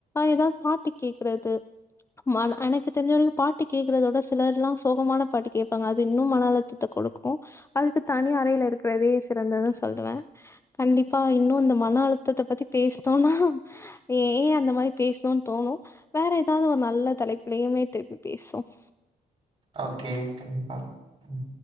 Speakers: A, on the left; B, on the right.
A: ஏதாவது பாட்டு கேக்குறது ம எனக்கு தெரிஞ்சவரைக்கும் பாட்டு கேட்குறத விட சிலர்லாம் சோகமான பாட்டு கேட்பாங்க அது இன்னும் மன அழுத்தத்தை கொடுக்கும் அதுக்கு தனி அறில இருக்கிறதே சிறந்ததுன்னு சொல்லுவேன் கண்டிப்பா இன்னும் இந்த மன அழுத்தத்தை பத்தி பேசினோம்னா ஏன் அந்த மாதிரி பேசணும்னு தோணும் வேற ஏதாவது ஒரு நல்ல தலைப்பிலையுமே திருப்பி பேசுவொம்
B: ஓகே கண்டிப்பா ம்